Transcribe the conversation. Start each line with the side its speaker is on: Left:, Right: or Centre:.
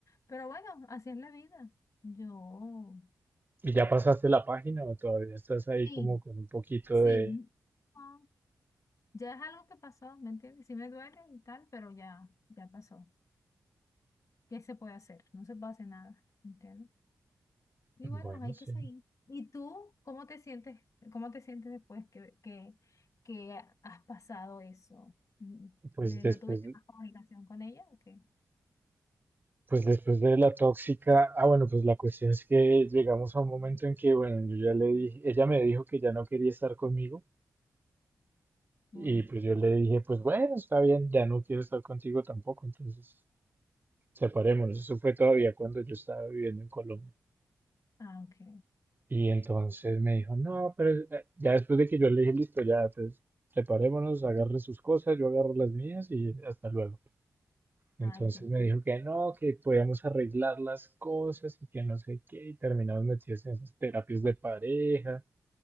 Left: Pero bueno, así es la vida. Yo,
Right: ¿Y ya pasaste la página o todavía estás ahí
Left: sí,
Right: como con un poquito
Left: sí.
Right: de...
Left: no, ya es algo que pasó, ¿me entiendes? Sí me duele y tal, pero ya, ya pasó. ¿Qué se puede hacer? No se puede hacer nada, ¿entiendes? Y
Right: Bueno,
Left: bueno, hay
Right: sí.
Left: que seguir. ¿Y tú cómo te sientes, cómo te sientes después que, que, que has pasado eso? Mm,
Right: Pues
Left: ¿de-
Right: después,
Left: ¿No tuviste
Right: de-
Left: más comunicación con ella o qué?
Right: pues después de la tóxica... Ah, bueno, pues la cuestión es que llegamos a un momento en que, bueno, yo ya le dije, ella me dijo que ya no quería estar conmigo y
Left: Uy,
Right: pues yo le dije, pues bueno, está bien, ya no quiero estar contigo tampoco, entonces separémonos. Eso fue todavía cuando yo estaba viviendo en Colombia.
Left: ah, ok.
Right: Y entonces me dijo, no, pero eh, ya después de que yo le dije, listo, ya, pues separémonos, agarre sus cosas, yo agarro las mías y hasta luego. Entonces
Left: Ay, qué triste.
Right: me dijo que no, que podíamos arreglar las cosas y que no sé qué, y terminamos metidos en esas terapias de pareja,